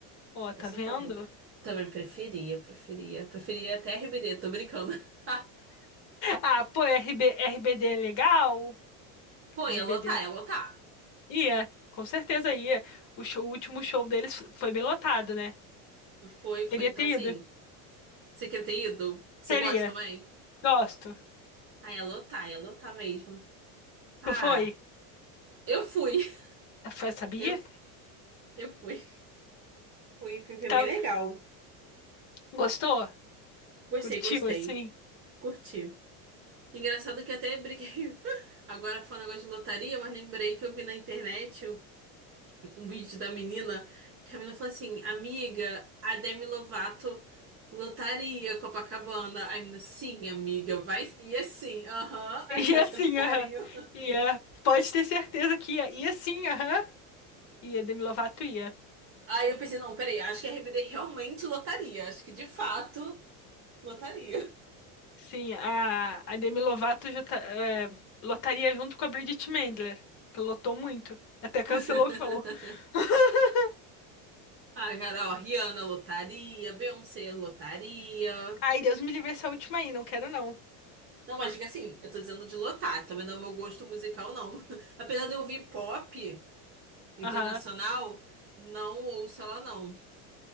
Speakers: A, on the left; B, on the right.
A: Ó,
B: Eu
A: tá
B: sou
A: vendo?
B: fã também. Também preferia, preferia. Preferia até Ribeirão, tô brincando. <laughs>
A: Ah, pô, RB, RBD é legal?
B: Pô,
A: RBD
B: ia lotar, ia lotar.
A: ia, com certeza ia. O show- o último show deles foi bem lotado, né?
B: Foi, foi,
A: Teria
B: então
A: ter
B: assim.
A: ido.
B: Você queria ter ido? Você
A: Teria.
B: gosta também?
A: Gosto.
B: Ah, ia lotar, ia lotar mesmo. Ah.
A: Tu foi?
B: Eu fui. <laughs>
A: Ah, Foi, sabia?
B: Eu, eu fui. Fui, fui. Foi
A: Tá-
B: bem legal.
A: Gostou?
B: Gostei,
A: Curtiu,
B: gostei.
A: assim?
B: Curti. Engraçado que até briguei. <laughs> Agora falando agora de lotaria, mas lembrei que eu vi na internet um, um vídeo da menina que a menina falou assim: Amiga, a Demi Lovato lotaria Copacabana. Aí a menina, sim, amiga, vai. E assim, aham, <laughs>
A: <laughs>
B: aí
A: E
B: fazendo
A: assim,
B: carinho.
A: aham. Ia. Pode ter certeza que ia. Ia sim, aham. Ia, Demi Lovato ia.
B: Aí eu pensei: Não, peraí, acho que a RBD realmente lotaria. Acho que de fato lotaria.
A: Sim, a, a Demi Lovato já tá- é, lotaria junto com a Bridget Mendler, que lotou muito. Até cancelou
B: <laughs>
A: o show. <laughs>
B: Ah, cara, ó, Rihanna lotaria, Beyoncé lotaria.
A: Ai, Deus me livre essa última aí, não quero não.
B: Não, mas diga assim, eu tô dizendo de lotar, também não é o meu gosto musical, não. <laughs> Apesar de eu ouvir pop internacional,
A: Aham.
B: não ouço ela, não.